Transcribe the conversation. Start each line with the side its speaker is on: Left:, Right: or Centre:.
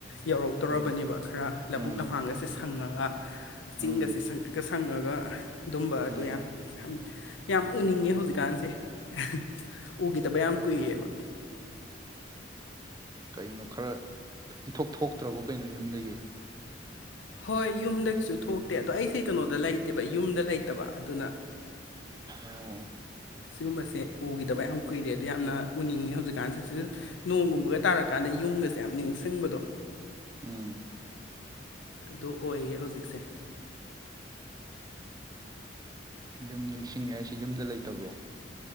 Left: ꯌꯧꯔꯛꯇꯧꯔꯕꯅꯦꯕ
Right: ꯎꯝ
Left: ꯈꯔ ꯂꯕꯨꯨꯛ
Right: ꯎꯝ
Left: ꯂꯝꯍꯥꯡꯒꯥꯁꯦ ꯁꯪꯉꯒ ꯆꯤꯡꯒꯁꯦ
Right: ꯎꯝ
Left: ꯁꯪꯇ꯭ꯔꯤꯛꯀ ꯁꯪꯉꯒ ꯑꯗꯨꯝꯕ ꯑꯗꯨ
Right: ꯎꯝ
Left: ꯌꯥꯝ ꯌꯥꯝ ꯌꯥꯝ ꯎꯅꯤꯡꯉꯦ ꯍꯧꯖꯤꯛꯀꯥꯟꯁꯦ ꯑꯍ ꯎꯒꯤꯗꯕ ꯌꯥꯝ ꯀꯨꯏꯔꯦꯕ
Right: ꯀꯩꯅꯣ ꯈꯔ ꯏꯊꯣꯛ ꯊꯣꯛꯇ꯭ꯔꯕꯣ ꯀꯩꯅꯣ ꯌꯨꯝꯗꯒꯤ
Left: ꯍꯣꯏ ꯌꯨꯝꯗꯒꯤꯁꯨ ꯊꯣꯛꯇꯦ ꯑꯗꯣ ꯑꯩꯁꯦ ꯀꯩꯅꯣꯗ ꯂꯩꯇꯦꯕ ꯌꯨꯝꯗ ꯂꯩꯇꯕ ꯑꯗꯨꯅ
Right: ꯑꯣ
Left: ꯁꯤꯒꯨꯝꯕꯁꯦ ꯎꯈꯤꯗꯕ ꯌꯥꯝ ꯀꯨꯏꯔꯦ ꯑꯗꯨ ꯌꯥꯝꯅ ꯎꯅꯤꯡꯉꯤ ꯍꯧꯖꯤꯛꯀꯥꯟꯁꯦ ꯁꯤ ꯅꯣꯡꯒꯨꯝꯕꯒ ꯇꯥꯔꯀꯥꯟꯗ ꯌꯨꯝꯒꯁꯦ ꯌꯥꯝ ꯅꯤꯡꯁꯤꯡꯕꯗꯣ
Right: ꯎꯝ
Left: ꯑꯗꯨ ꯑꯣꯏꯌꯦ ꯍꯧꯖꯤꯛꯁꯦ
Right: ꯌꯨꯝ ꯅꯤꯡꯁꯤꯡꯉꯦ ꯍꯥꯏꯁꯤ ꯌꯨꯝꯗ ꯂꯩꯇꯕ꯭ꯔꯣ